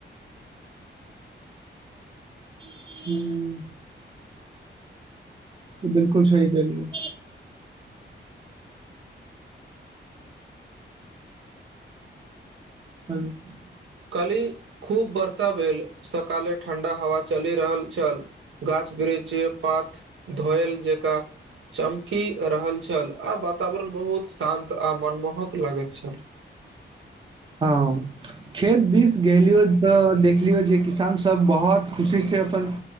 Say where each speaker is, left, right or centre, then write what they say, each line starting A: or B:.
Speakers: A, on the right; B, on the right.
A: <unintelligible> बिल्कुल सही कहियए। <unintelligible>
B: कल ही खूब वर्षा भेल सकाले ठंडा हवा चलि रहल छल। गाछ बिरीछ पात धोयल जेका चमकी रहल छल आ वातावरण बहुत शान्त आ मनमोहक लगैत छल।
A: हँ खेत दीस गेलियौ तऽ देखलियौ जे किसान सभ बहुत खुशी से अपन